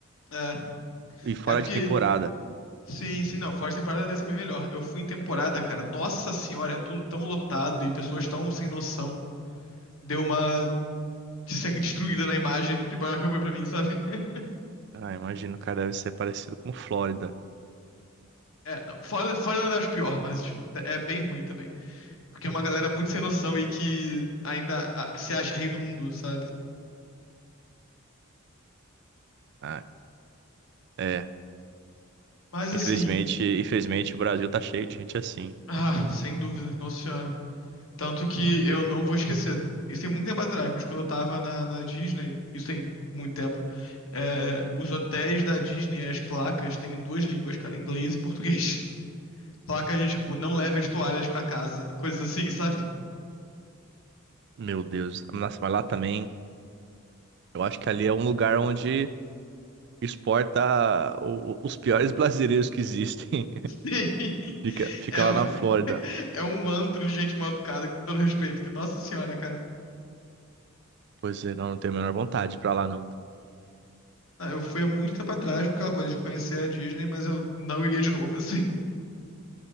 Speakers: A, on the left (about 65°); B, on the right (about 50°).
A: É,
B: E fora
A: é porque
B: de temporada.
A: sim, sim, não, fora de temporada deve ser bem melhor. Eu fui em temporada, cara. Nossa senhora, é tudo tão lotado e pessoas tão sem noção. Deu uma de ser destruída na imagem de Balneário Camboriú pra mim, sabe? <laughs>
B: Ah, imagino, cara, deve ser parecido com Flórida.
A: É, não, fora, fora eu acho pior, mas é bem ruim também. Porque é uma galera muito sem noção e que ainda ah, se acha rei do mundo, sabe?
B: Ah, é.
A: Mas
B: Infelizmente,
A: assim,
B: infelizmente o Brasil tá cheio de gente assim.
A: ah, sem dúvida, Nossa Senhora. Tanto que eu não vou esquecer. Isso tem muito tempo atrás, mas quando eu tava na, na Disney, isso tem muito tempo, é, os hotéis da Disney, as placas, têm duas línguas, cara, inglês e português. <laughs> Placas de tipo, não leve as toalhas pra casa, coisas assim, sabe?
B: Meu Deus. Nossa, mas lá também, eu acho que ali é um lugar onde exporta o- o- os piores <laughs> brasileiros que existem. <laughs>
A: <laughs>
B: Fica, fica
A: É,
B: lá
A: um-
B: na Flórida.
A: é um antro de gente mal educada, com todo respeito, que, nossa senhora, cara.
B: Pois é, não, não tenho a menor vontade de pra lá, não.
A: Ah, eu fui há muito tempo atrás por aquela coisa de conhecer a Disney, mas eu não iria de novo, <laughs> assim.